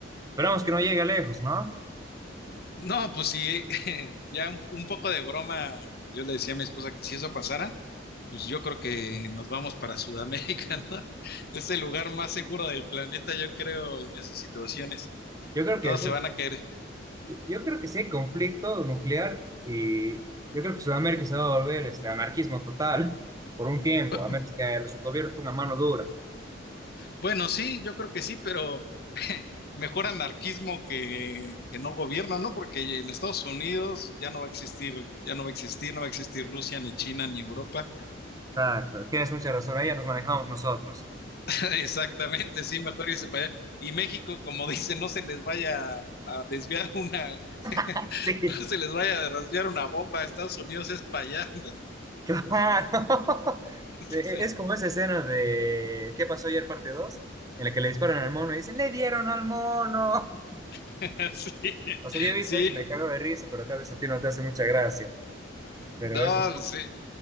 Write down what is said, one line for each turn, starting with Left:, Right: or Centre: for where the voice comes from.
Right: esperamos que no llegue lejos, ¿no?
Left: No, pues sí, <laughs> ya un, un poco de broma, yo le decía a mi esposa que si eso pasara, Pues yo creo que nos vamos para Sudamérica, <laughs> ¿no? Es el lugar más seguro del planeta, yo creo, en esas situaciones.
Right: Yo creo
Left: Todos
Right: que eso
Left: se van a caer.
Right: Yo yo creo que sí hay conflicto nuclear y yo creo que Sudamérica se va a volver este, anarquismo total por un tiempo,
Left: <clears throat>
Right: a menos que los gobiernos pongan mano dura.
Left: Bueno, sí, yo creo que sí, pero <laughs> mejor anarquismo que, que no gobierno, ¿no? Porque en Estados Unidos ya no va a existir, ya no va a existir, no va a existir Rusia, ni China, ni Europa.
Right: Exacto, tienes mucha razón, ahí ya nos manejamos nosotros.
Left: <laughs> Exactamente, sí, mejor irse para allá. Y México, como <laughs> dicen, no se les vaya a desviar una, <laughs>
Right: <laughs> Sí,
Left: no se les vaya a desviar una bomba. Estados Unidos es para allá.
Right: claro. <laughs>
Left: Sí,
Right: Eh, Es como esa escena de ¿Qué pasó ayer, parte dos En la que le disparan al mono y dicen, ¡le dieron al mono! <laughs>
Left: <laughs> sí,
Right: O sea, yo he visto
Left: sí,
Right: eso y me cago de risa, pero tal vez a ti no te hace mucha gracia. Pero
Left: no,
Right: es...
Left: sí,